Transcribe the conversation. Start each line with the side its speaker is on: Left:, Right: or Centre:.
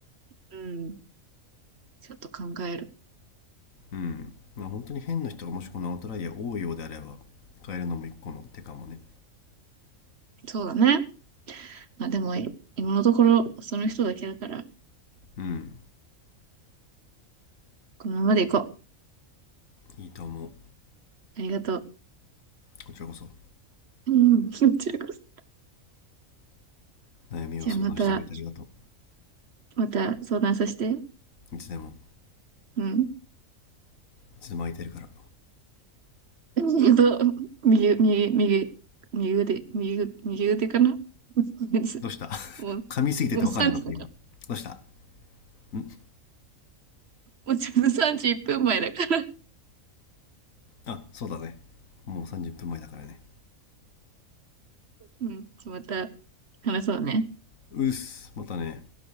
Right: うん。ちょっと考える。
Left: うんまあ本当に変な人がもしこのアウトライヤー多いようであれば変えるのも一個の手かもね
Right: そうだね。まあでも、い今のところ、その人だけだから、
Left: うん
Right: このままで行こ
Left: いいと思う
Right: う。ありがと
Left: こちらこそ
Right: う。うん。<laughs> こちらこそ
Left: 悩みを相談してくれてありがと
Right: じゃあまた、また相談させて。
Left: ういつでも
Right: うん。
Left: いつでも空いてるから
Right: <laughs> と、右、右、右、右腕、右腕、右腕かな <laughs>
Left: どうした <laughs>
Right: もう、
Left: 噛みすぎてて分かんなかった今どうした
Right: もう3時だから、
Left: ん
Right: もうちょうどさんじいっと31分前だから。
Left: あそうだねもう30分前だからね
Right: うん。じゃあまた話そうね。
Left: うっすまたね